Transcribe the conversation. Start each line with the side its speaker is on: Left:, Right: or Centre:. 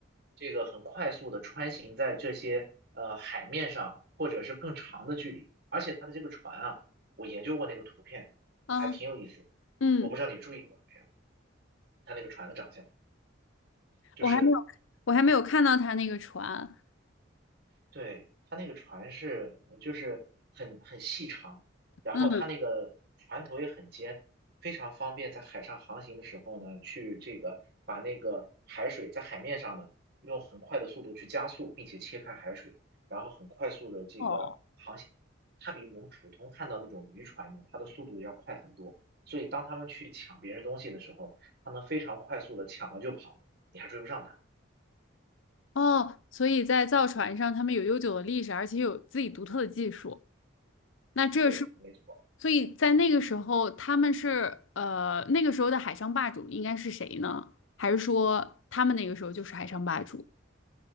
Right: 这个很快速的穿行在这些呃海面上，或者是更长的距离。而且它的这个船啊，我研究过那个图片，
Left: 啊
Right: 还挺有意思的。
Left: 嗯。
Right: 我不知道你注意过没有，它那个船的长相，就是
Left: 我还没有，我还没有看到他那个船。
Right: 对，它那个船是呃就是很很细长，然后它那个船头也很尖，
Left: 嗯，
Right: 非常方便在海上航行的时候呢，去这个把那个海水在海面上呢，用很快的速度去加速，并且切开海水，然后很快速的这个航行。
Left: 哦
Right: 它比我们普通看到那种渔船呢，它的速度要快很多，所以当他们去抢别人东西的时候，它能非常快速的抢了就跑，你还追不上它。
Left: 哦，所以在造船上，他们有悠久的历史，而且有自己独特的技术。那这是，
Right: 对，没错，
Left: 所以在那个时候，他们是呃，那个时候的海上霸主应该是谁呢？还是说他们那个时候就是海上霸主？